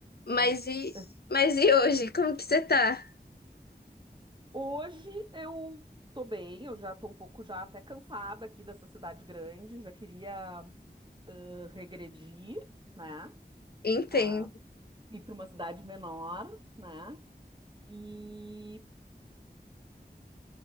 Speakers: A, on the left (about 65°); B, on the right (about 25°).
A: Mas
B: é isso.
A: e, mas e hoje? Como que você tá?
B: Hoje eu tô bem, eu já tô um pouco já até cansada aqui dessa cidade grande, já queria ãh, regredir, né?
A: Entendo.
B: A ir para uma cidade menor, né? E